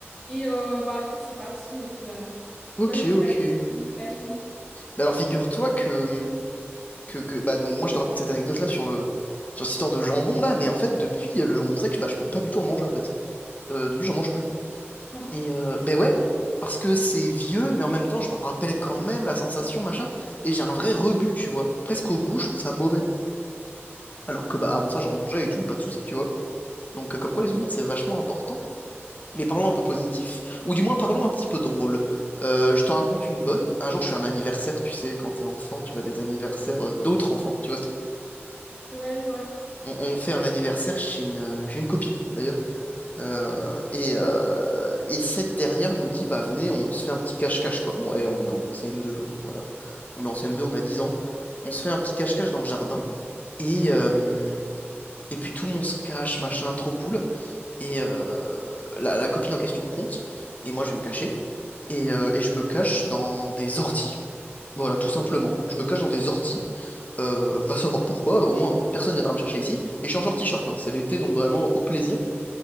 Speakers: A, in the centre; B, on the left.
A: Et euh, bah, après, c'est parti au final. Tu
B: Ok,
A: vois, j'ai pas
B: ok.
A: eu de complications.
B: Bah alors figure-toi que que, que bah donc moi je te raconte cette anecdote là sur le sur cette histoire de jambon là mais en fait depuis euh, le jambon sec bah je peux pas du tout en manger en fait Euh, depuis j'en mange plus
A: Ah bon?
B: et euh, ben ouais parce que c'est vieux mais en même temps je me rappelle quand même la sensation machin et j'ai un vrai rebut tu vois presque au goût je trouve ça mauvais alors que bah avant ça j'en mangeais et tout pas de souci tu vois donc euh, comme quoi les souvenirs c'est vachement important mais parlons un peu positif ou du moins parlons un petit peu drôle Euh, je t'en raconte une bonne un jour je suis à un anniversaire tu sais quand t'es enfant tu vas à des anniversaires euh, d'autres enfants tu vois
A: Ouais, je vois.
B: On, on fait un anniversaire chez une, euh, chez une copine d'ailleurs. Euh, et, euh, et cette dernière nous dit, bah venez, on se fait un petit cache-cache quoi. Bon, eh, on est en CM2, hein, voilà. On est en CM2, on a 10 ans. On se fait un petit cache-cache dans le jardin. Et, euh, et puis tout le monde se cache, machin, trop cool. Et euh, la, la copine en question compte. Et moi, je vais me cacher. Et, euh, et je me cache dans des orties. Voilà, tout simplement. Je me cache dans des orties. Euh, va savoir pourquoi. Au moins, personne viendra me chercher ici. Et je suis en short t-shirt, hein. C'est l'été, donc vraiment au plaisir.